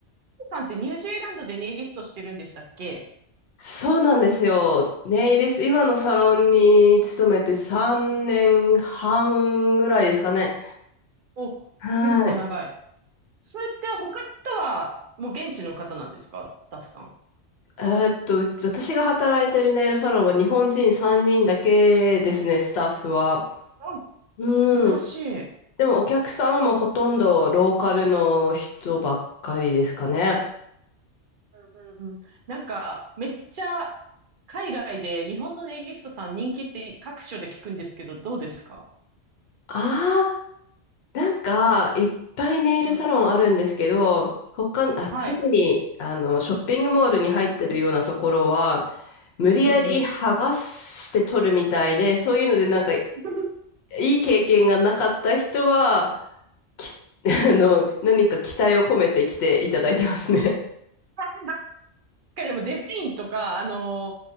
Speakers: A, on the right; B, on the left.
A: スさんってニュージーランドでネイリストしてるんでしたっけ
B: そうなんですよ。ネイリスト、今のサロンに勤めて3年半ぐらいですかね。
A: うんうん。お、
B: はい。
A: 結構長い。それって他の人はもう現地の方なんですかスタッフさん。
B: えーっと、う私が働いてるネイルサロンは日本人3人だけですね、スタッフは。
A: うん
B: うん。
A: 珍しい。うん
B: でもお客さんはもうほとんどローカルの人ばっかりですかね。
A: うんうん。なんか、めっちゃ海外で日本のネイリストさん人気って各所で聞くんですけど、どうですか
B: あなんか、いっぱいネイルサロンあるんですけど、
A: うん。
B: 他、あ、
A: はい。
B: 特に、あの、ショッピングモールに入ってるようなところは、無理やり剥がして取るみたいで、
A: うんうん。
B: そういうのでなんか、い
A: <laughs>
B: い経験がなかった人は、き、<laughs> あの、何か期待を込めて来ていただいてますね。
A: なんかでもデザインとか、あの